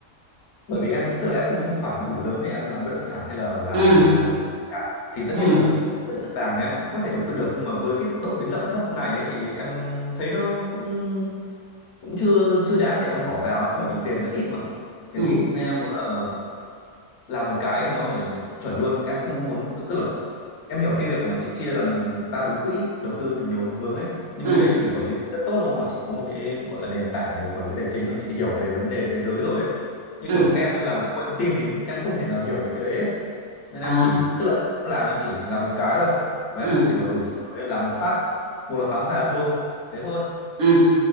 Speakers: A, on the left; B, on the right.
A: bởi vì em tức là em không có một khoản đủ lớn để em làm bất động sản hay là làm
B: ừ
A: ờ, nhà. thì tất
B: ừ
A: nhiên là vàng thì em cũng có thể đầu tư được nhưng mà với cái độ biến động thấp này ấy, thì em thấy nó cũng cũng chưa chưa đáng để em bỏ vào ấy, bởi vì tiền nó ít mà tiền
B: ừ
A: ít nên em muốn là làm một cái thì nó phải chuẩn luôn em không có muốn tức là em hiểu cái việc mà chị chia làm ba bốn quỹ đầu tư thì nhiều hướng ấy nhưng
B: ừ
A: mà cái đấy chị phải quản lý rất tốt đúng không hoặc chị có một cái gọi là nền tảng về quản lý tài chính rồi chị hiểu về vấn đề thế giới rồi ấy như
B: ừ
A: kiểu em em làm công nghệ thông tin thì em không thể nào hiểu được cái đấy ấy nên
B: à
A: em chỉ tức là em làm em chỉ làm một cái thôi và
B: ừ
A: em tìm hiểu đủ xong rồi em làm một phát một là thắng hai là thua thế thôi
B: ừ